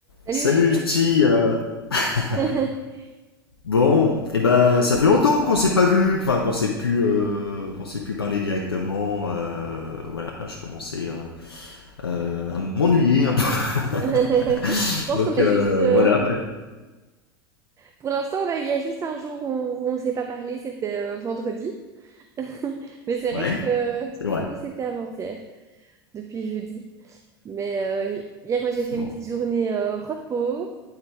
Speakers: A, on the right (about 25°); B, on the left (about 80°).
A: Salut
B: Salut
A: Olivier.
B: Lucie. euh, <laughs>
A: <laughs>
B: Bon, et ben ça fait longtemps qu'on s'est pas vu, enfin qu'on s'est pu euh, qu'on s'est pu parler directement. euh, voilà, je commençais euh, euh, à m'ennuyer un peu. <laughs>
A: Je pense
B: Donc
A: qu'on a
B: euh,
A: juste, euh,
B: voilà, ben,
A: pour l'instant, on a- il y a juste un jour où, où on ne s'est pas parlé, c'était euh, vendredi. <laughs> Mais c'est vrai
B: ouais,
A: que euh,
B: c'est vrai.
A: du coup, c'était avant-hier, depuis jeudi. Mais euh, hier, moi, j'ai fait
B: Bon.
A: une petite journée euh, repos.